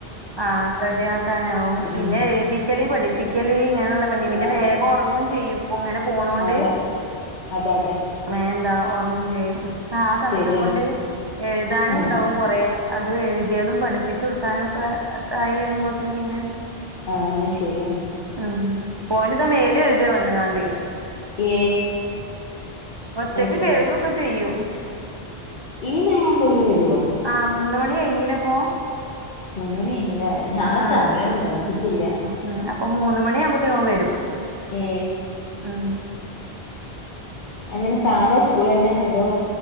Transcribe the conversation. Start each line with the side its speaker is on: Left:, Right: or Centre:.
Right: ആ റെഡി ആക്കാനാവും
Left: ഉം
Right: പിന്നെ എഴുതി പഠിക്കല് പഠിപ്പിക്കല് ഇങ്ങനൊള്ള
Left: അതെ
Right: പിന്നെ
Left: അതെ
Right: വേഗം ഒറങ്ങോ ചെയ്യും ഇപ്പൊ ഇങ്ങനെ പോണ കൊണ്ട്
Left: അതെ അതെ അതെ
Right: മേ എന്താ ഒറങ്ങും ചെയ്യും ആ സമയം
Left: ശരിയാണ്
Right: കൊണ്ട് എഴുതാനും
Left: ഉം
Right: ഉണ്ടാവും കൊറെ അത് എഴുതിയതും പഠിപ്പിച്ചു കൊടുക്കാനൊക്കെ കയ്യുമ്പോ ഒത്തിരി പിന്നെ
Left: ആഹ് എന്നാ ശരിയ
Right: ഉം ഓനിതാ മേല് കഴുക വന്ന് കാണ്ട്
Left: ഏ
Right: ഒറ്റക്ക്
Left: അത് ശരി
Right: കഴുകഒക്കെ ചെയ്യും
Left: ഈ നേരം ആവുമ്പോ തേന് വരുവോ
Right: ആഹ് മൂന്ന് മണി കഴിഞ്ഞിലിപ്പോ
Left: മൂന്ന് മണി കഴിഞ്ഞുല്ലേ ഞാൻ
Right: ആഹ്
Left: സമയം ഒന്നും നോക്കിട്ടില്ല
Right: ഉം അപ്പ മൂന്ന് മണി ആകുമ്പത്തെന് അവൻ വരും
Left: ഏ
Right: ആഹ്
Left: എങ്ങനെ സാധാ സ്കൂൾ തന്നെ അതോ